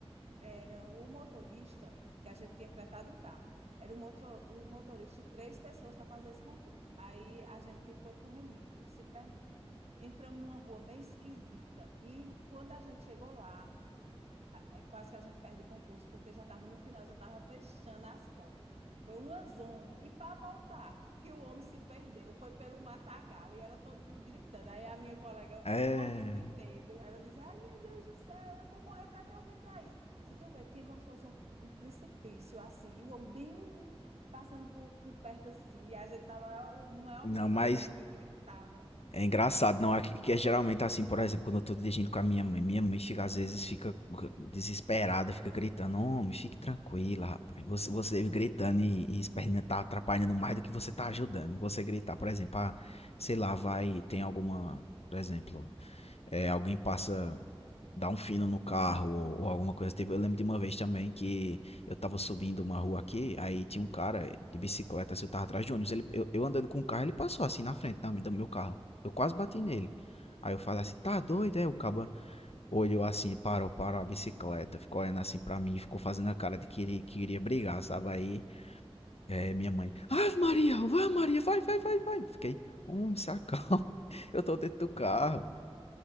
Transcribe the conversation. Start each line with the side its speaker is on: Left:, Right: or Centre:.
Right: era o motorista, que a gente tinha fretado um carro. Era o, motor, o motorista e três pessoas para fazer esse concurso. Aí a gente foi para o Remígio, se perdemos. Entramos numa rua bem esquisita. E quando a gente chegou lá, é quase que a gente perde o concurso, porque já estava no final, já estava fechando as portas. Foi uma zona. E para voltar, que o homem se perdeu, foi pelo matagal e era todo mundo gritando. Aí a minha colega,
Left: É,
Right: morrendo de medo, ela dizia: Ai, meu Deus do céu, eu vou morrer para que eu vim para isso? Se tu vê, tinha como se fosse um, um precipício assim, e o homem bem de- passando por, por perto assim, e a gente na maior, no maior
Left: não,
Right: medo,
Left: mas
Right: minha colega gritava.
Left: É engraçado, não, é que que é geralmente assim, por exemplo, quando eu tô dirigindo com a minha mãe, minha mãe fica, às vezes fica desesperada, fica gritando, homem, fique tranquila, rapaz, você, você gritando e, e esperneando tá atrapalhando mais do que você tá ajudando, você gritar, por exemplo, ah, sei lá, vai, tem alguma, por exemplo, é, alguém passa dar um fino no carro ou, ou alguma coisa. Teve, eu lembro de uma vez também que eu tava subindo uma rua aqui, aí tinha um cara de bicicleta, assim, eu tava atrás de ônibus. Ele, eu, eu andando com o carro, ele passou assim na frente da- do meu carro. Eu quase bati nele. Aí eu falei assim, tá doido, é? O caba olhou assim, e parou, parou a bicicleta, ficou olhando assim pra mim, ficou fazendo a cara de que iria, que iria brigar, sabe? Aí é, minha mãe, Ave Maria, vai Maria, vai, vai, vai, vai. Fiquei, homem, se acalma, <laughs> eu tô dentro do carro.